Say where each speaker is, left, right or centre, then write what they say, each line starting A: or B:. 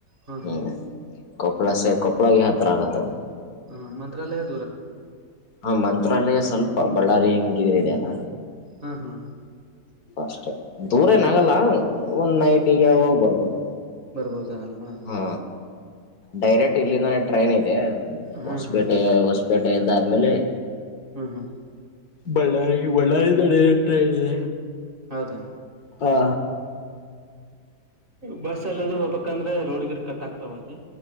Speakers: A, on the right; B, on the left.
A: ಹಾ
B: ಹ್ಮ್
A: ಹಾ
B: ಕೊಪ್ಪಳ ಸ ಕೊಪ್ಪಳಾಗ ಯಾವ ತರ ಆಗತ್ತ ಅದು
A: ಹಾ ಮಂತ್ರಾಲಯದ
B: ಹಾ ಮಂತ್ರಾಲಯ ಸ್ವಲ್ಪ ಬಳ್ಳಾರಿ ಹಂಗಿದಿದೆ ಅಲ್ಲ
A: ಹಾ ಹಾ
B: ಅಷ್ಟೆ ದೂರ ಏನ
A: ಹೌದಾ
B: ಆಗಲ್ಲ ಒಂದ್ ನೈಟಿಗೆ ಹೋಗ್ ಬರ್ಬೋದು
A: ಬರ್ಬೋದಾ ಅಲ್ವಾ ಹ್ಮ
B: ಹಾ ಡೈರೆಕ್ಟ್ ಇಲ್ಲಿಂದಾನೇ ಟ್ರೈನ್ ಇದೆ
A: ಹ್ಮ್
B: ಹೊಸ್ಪೇಟೆ
A: ಹ್ಮ್
B: ಹೊಸ್ಪೇಟೆ ದ್ಮೇಲೆ
A: ಹ್ಮ್ ಹ್ಮ್
B: ಬಳ್ಳಾರಿ ಬಳ್ಳಾರಿ ದಡಟ ಇಿದೆ
A: ಹೌದಾ
B: ಹಾ
A: ಬಸ್ ಎಲ್ಲದು ಹೋಗ್ಬೇಕಂದ್ರೆ ರೋಡ್ ಗಿಡ ಕಟ್ ಆಕ್ತಾವ ಅಲ್ಲಿ